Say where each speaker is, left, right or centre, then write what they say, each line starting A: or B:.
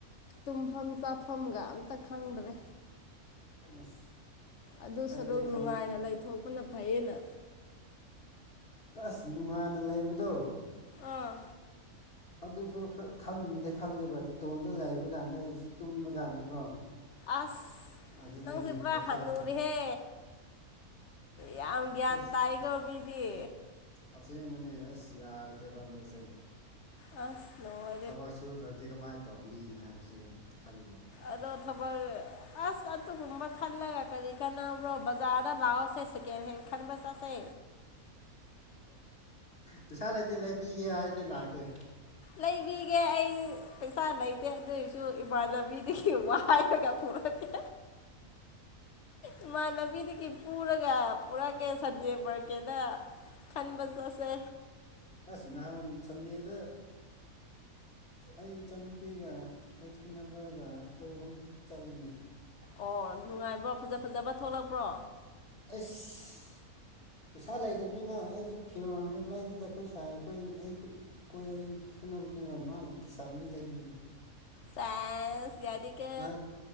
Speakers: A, on the left; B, on the left.
A: ꯇꯨꯝꯐꯝ ꯆꯥꯐꯝꯒ ꯑꯝꯇ ꯈꯪꯗ꯭ꯔꯦ
B: ꯑꯁ
A: ꯑꯗꯨ
B: ꯑꯩꯗꯤ
A: ꯁꯔꯨꯛ ꯅꯨꯡꯉꯥꯏꯅ
B: ꯈꯜ
A: ꯂꯩꯊꯣꯛꯄꯅ ꯐꯩꯌꯦꯅ
B: ꯑꯁ ꯅꯨꯡꯉꯥꯏꯅ ꯂꯩꯕꯗꯣ
A: ꯑꯥ
B: ꯑꯗꯨꯁꯨ ꯈꯔ ꯈꯟꯕꯗꯤ ꯈꯜꯂꯦꯕ ꯏꯇꯣꯝꯇ ꯂꯩꯕ ꯀꯥꯟꯗ ꯑꯩ ꯇꯨꯝꯕ ꯀꯥꯟꯗꯀꯣ
A: ꯑꯁ
B: ꯑꯗꯨꯗꯅꯤ
A: ꯅꯪꯁꯦ ꯄꯨ꯭ꯔꯥ
B: ꯋꯥꯈꯜꯁꯦ
A: ꯍꯅꯨꯔꯦꯍꯦ ꯌꯥꯝ ꯒ꯭ꯌꯥꯟ
B: ꯑꯩꯁ
A: ꯇꯥꯏꯀꯣ ꯃꯤꯗꯤ
B: ꯑꯁꯦꯡꯕꯅꯦ ꯑꯁ ꯌꯥꯗ꯭ꯔꯦꯕ ꯍꯟꯗꯛꯁꯦ
A: ꯑꯥꯁ ꯂꯣꯏ
B: ꯊꯕꯛ ꯁꯨꯗ꯭ꯔꯗꯤ ꯀꯃꯥꯏꯅ ꯇꯧꯅꯤ ꯍꯥꯏꯕꯁꯦ ꯈꯜꯂꯦꯕ
A: ꯑꯗꯣ ꯊꯕꯛ ꯑꯁ ꯑꯗꯨꯒꯨꯝꯕ ꯈꯜꯂꯒ ꯀꯔꯤ ꯀꯥꯟꯅꯕ꯭ꯔꯣ ꯕꯖꯥꯔꯗ ꯂꯥꯛꯑꯣꯁꯦ ꯁꯦꯀꯦꯟ ꯍꯦꯟ ꯈꯟꯕ ꯆꯠꯁꯦ
B: ꯄꯩꯁꯥ ꯂꯩꯇꯦ ꯂꯩꯕꯤꯒꯦ ꯍꯥꯏꯔꯗꯤ ꯂꯥꯛꯀꯦ
A: ꯂꯩꯕꯤꯒꯦ ꯑꯩ ꯄꯩꯁꯥ ꯂꯩꯇꯦ ꯑꯗꯨꯑꯣꯏꯁꯨ ꯏꯃꯥꯟꯅꯕꯤꯗꯨꯒꯤ ꯋꯥꯏ ꯔꯒꯥ ꯄꯨꯔꯛꯀꯦ ꯏꯃꯥꯟꯅꯕꯤꯗꯒꯤ ꯄꯨꯔꯒ ꯄꯨꯔꯛꯀꯦ ꯁꯟꯗꯦ ꯃ꯭ꯔꯀꯦꯗ ꯈꯟꯕꯖꯁꯦ
B: ꯑꯁ ꯅꯍꯥꯟ ꯁꯟꯗꯦꯗ ꯑꯩ ꯏꯆꯥꯅꯨꯄꯤꯒ ꯑꯩ ꯈꯪꯅꯕꯒ ꯑꯩꯈꯣꯏ ꯑꯍꯨꯝ ꯆꯠꯂꯤꯅꯤ
A: ꯑꯣ ꯅꯨꯡꯉꯥꯏꯕ꯭ꯔꯣ ꯐꯖ ꯐꯖꯕ ꯊꯣꯛꯂꯛꯄ꯭ꯔꯣ
B: ꯑꯁ ꯄꯩꯁꯥ ꯂꯩꯇꯕꯅꯤꯅ ꯑꯩꯁꯦ ꯐꯤꯔꯣꯟꯜ ꯁꯨ ꯂꯩꯗꯨꯗ ꯑꯩꯈꯣꯏ ꯁꯥꯏ ꯑꯩꯈꯣꯏ ꯑꯩ ꯀꯣꯏ ꯑꯩꯅ ꯈꯪꯅꯕꯅꯤꯅ ꯃꯥꯅ ꯇꯤꯁꯥ ꯑꯅꯤ ꯂꯩꯕꯤꯌꯦ
A: ꯁꯦꯏꯁ ꯌꯥꯗꯤ ꯀꯦ
B: ꯅꯪ